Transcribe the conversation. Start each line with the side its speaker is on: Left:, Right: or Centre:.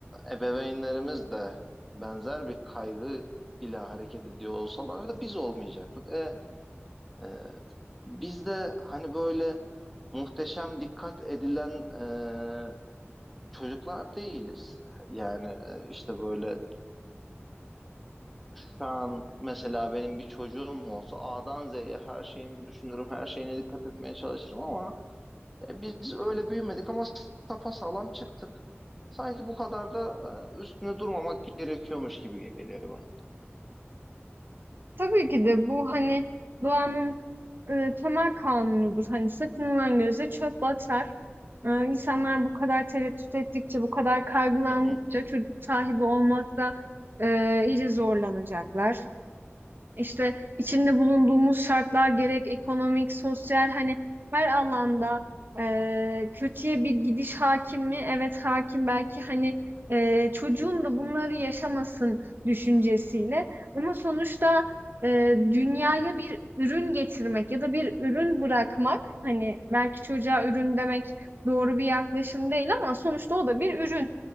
Centre: ebeveynlerimiz de benzer bir kaygı ile hareket ediyor olsalardı biz olmayacaktık. E, e, biz de hani böyle muhteşem dikkat edilen e, çocuklar değiliz. Yani e, işte böyle şu an mesela benim bir çocuğum olsa A'dan Z'ye her şeyini düşünürüm, her şeyine dikkat etmeye çalışırım ama e, biz öyle büyümedik ama sapasağlam çıktık. Sanki bu kadar da e, üstüne durmamak gerekiyormuş gibi geliyor bana.
Right: Tabii ki de bu hani doğanın e, temel kanunudur. Hani sakınılan göze çöp batar. E, insanlar bu kadar tereddüt ettikçe, bu kadar kaygılandıkça
Centre: Hı hı.
Right: çocuk sahibi olmakta e, iyice zorlanacaklar. İşte içinde bulunduğumuz şartlar gerek ekonomik, sosyal hani her alanda e, kötüye bir gidiş hakim mi? Evet hakim belki hani e, çocuğun da bunları yaşamasın düşüncesiyle ama sonuçta e, dünyaya bir ürün getirmek ya da bir ürün bırakmak hani belki çocuğa ürün demek doğru bir yaklaşım değil ama sonuçta o da bir ürün.